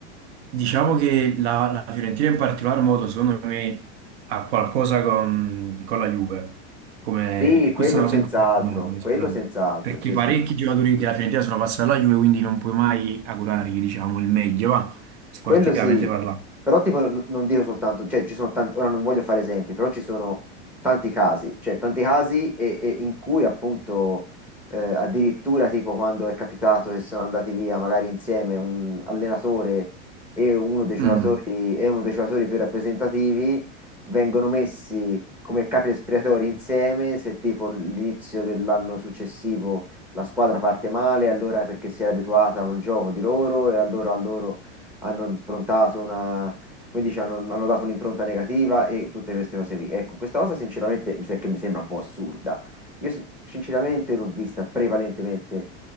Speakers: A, on the right; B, in the centre.
A: Diciamo che la, la Fiorentina in particolar modo, secondo me, ha qualcosa con, con la Juve. Come,
B: Sì,
A: e questa
B: quello
A: è una
B: senz'altro,
A: cosa in cui parliamo,
B: quello
A: sicuramente.
B: senz'altro,
A: Perché
B: sì,
A: parecchi
B: sì.
A: giocatori della Fiorentina sono passati alla Juve, quindi non puoi mai augurargli, diciamo, il meglio, va, sportivamente
B: Quello sì,
A: parlando.
B: però tipo n- non dico soltanto, cioè ci sono tanti, ora non voglio fare esempi, però ci sono tanti casi, cioè tanti casi e- e in cui appunto eh, addirittura tipo quando è capitato che sono andati via magari insieme un allenatore e uno dei giocatori,
A: Mm.
B: e uno dei giocatori più rappresentativi vengono messi come capi espiatori insieme se tipo l'inizio dell'anno successivo la squadra parte male, allora è perché si era abituata col gioco di loro e allora a loro hanno improntato una, come dici, hanno, hanno dato un'impronta negativa e tutte queste cose qui. Ecco, questa cosa sinceramente mi, se- che mi sembra un po' assurda. Io sin- sinceramente l'ho vista prevalentemente